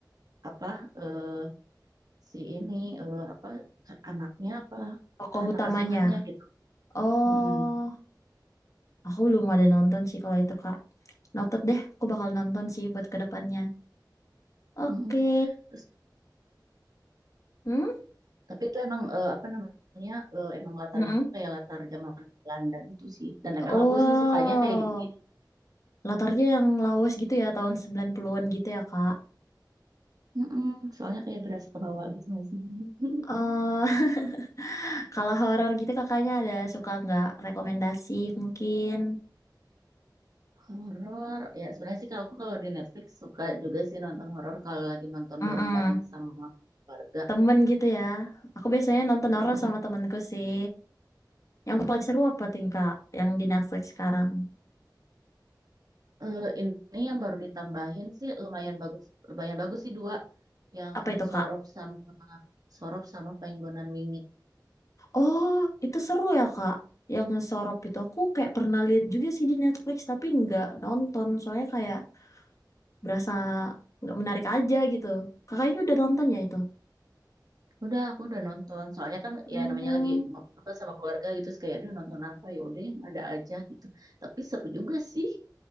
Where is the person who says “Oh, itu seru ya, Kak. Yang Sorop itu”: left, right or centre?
Left